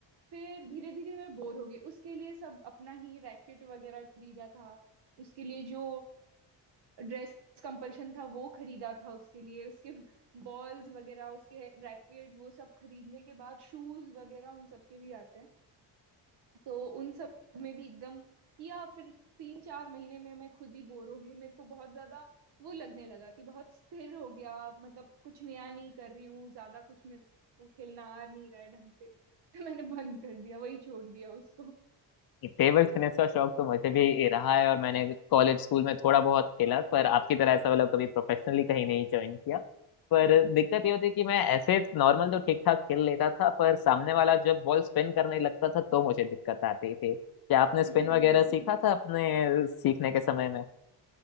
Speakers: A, on the right (about 60°); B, on the left (about 50°).
A: फिर धीरे धीरे मैं बोर हो गई उसके लिए सब अपना ही रैकेट वगैरह खरीदा था उसके लिए जो ड्रेस कंपल्शन था वो खरीदा था उसके लिए उसके बॉल्स वगैरह उसके रैकेट वो सब खरीदने के बाद शूज वगैरह उन सब के भी आते हैं तो उन सब में भी एकदम किया फिर तीन चार महीने में मैं खुद ही बोर हो गई मेरे को बहुत ज्यादा वो लगने लगा कि बहुत स्थिर हो गया मतलब कुछ नया नहीं कर रही हूँ ज्यादा कुछ मेरे को खेलना आ नहीं रहा है ढंग से तो मैंने बंद कर दिया वही छोड़ दिया उसको
B: टेबल टेनिस का शौक तो मुझे भी रहा है और मैंने कॉलेज स्कूल में थोड़ा बहुत खेला पर आपकी तरह ऐसा वाला कभी प्रोफेशनली कहीं नहीं ज्वाइन किया पर दिक्कत ये होती कि मैं ऐसे नॉर्मल तो ठीक ठाक खेल लेता था पर सामने वाला जब बॉल स्पिन करने लगता था तो मुझे दिक्कत आती थी क्या आपने स्पिन
A: <laughs>
B: वगैरह सीखा था अपने सीखने के समय